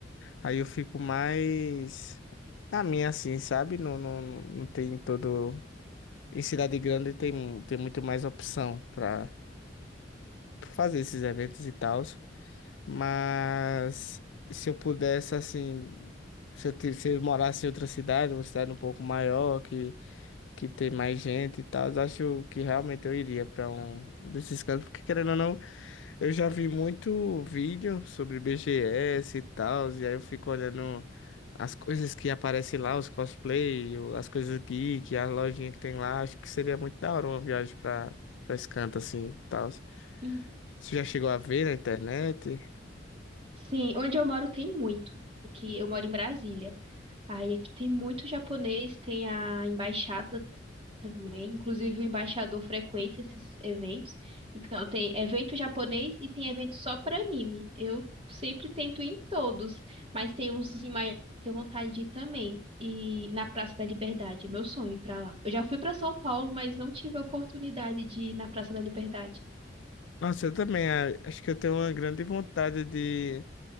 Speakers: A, on the left (about 80°); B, on the right (about 35°).
A: Aí eu fico mais na minha, assim, sabe? Não, não, não tem todo. Em cidade grande tem, tem muito mais opção pra pra fazer esses eventos e tal. Mas se eu pudesse, assim, se eu, ti- se eu morasse em outra cidade, uma cidade um pouco maior, que, que tem mais gente e tal, eu acho que realmente eu iria para um desses cantos, porque querendo ou não, eu já vi muito vídeo sobre B G S e tal, e aí eu fico olhando as coisas que aparecem lá, os cosplay, o- as coisas geek, as lojinhas que tem lá, acho que seria muito da hora uma viagem para para esse canto assim e tal.
B: Hum.
A: Você já chegou a ver na internet?
B: Sim, onde eu moro tem muito. Aqui eu moro em Brasília. Aí aqui tem muito japonês, tem a embaixada também. Inclusive, o embaixador frequenta esses eventos. Então, tem evento japonês e tem evento só para anime. Eu sempre tento ir em todos, mas tem uns em maior que eu tenho vontade de ir também. E na Praça da Liberdade, é meu sonho ir para lá. Eu já fui para São Paulo, mas não tive a oportunidade de ir na Praça da Liberdade.
A: Nossa, eu também a- acho que eu tenho uma grande vontade de